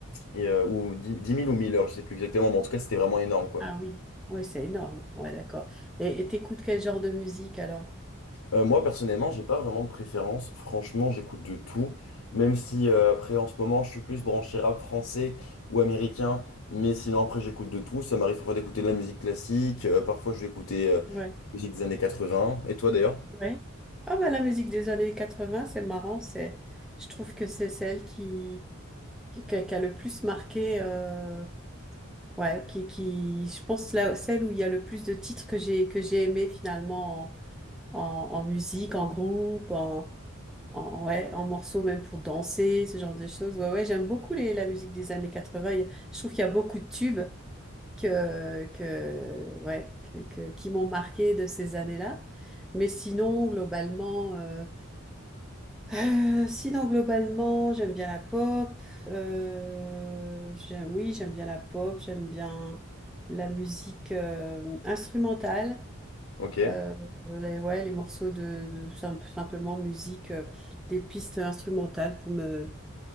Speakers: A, on the left; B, in the centre.
A: Et, euh, ou 10 10 000 ou 1000 heures, je sais plus exactement, mais en tout cas, c'était vraiment énorme quoi.
B: Ah oui. Oui, c'est énorme. Ouais, d'accord. Et et t'écoutes quel genre de musique alors?
A: Euh, moi, personnellement, j'ai pas vraiment de préférence. Franchement, j'écoute de tout. Même si euh, après, en ce moment, je suis plus branché rap français ou américain. Mais sinon, après, j'écoute de tout. Ça m'arrive parfois d'écouter de la musique classique. euh, parfois, je vais écouter euh,
B: Ouais.
A: musique des années quatre-vingts Et toi d'ailleurs?
B: Ouais. Ah bah la musique des années 80 c'est marrant, c'est je trouve que c'est celle qui qui, qui a qui a le plus marqué euh, Ouais, qui, qui, je pense là, celle où il y a le plus de titres que j'ai, que j'ai aimé finalement en, en, en musique, en groupe, en, en, ouais, en morceaux même pour danser, ce genre de choses. Ouais, ouais, j'aime beaucoup les, la musique des années 80. Il y a- Je trouve qu'il y a beaucoup de tubes que, que, ouais, que, que- qui m'ont marqué de ces années-là. Mais sinon, globalement, euh, euh, sinon, globalement, j'aime bien la pop. Euh, j'aime- oui, j'aime bien la pop. J'aime bien la musique euh, instrumentale.
A: Ok,
B: Euh, les, ouais, les morceaux de, de sim- simplement musique, euh, des pistes instrumentales pour me,